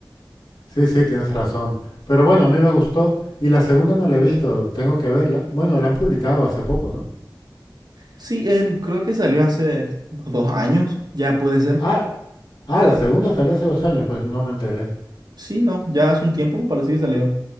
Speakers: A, on the left; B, on the right.
A: Sí, sí, tienes razón. Pero bueno, a mí me gustó. Y la segunda no la he visto, tengo que verla. Bueno, la han publicado hace poco, ¿no?
B: Sí, em, creo que salió hace dos años, ya puede ser.
A: Ah, ah, la segunda salió hace dos años, pues no me enteré.
B: Sí, no, ya hace un tiempo me parece que salió.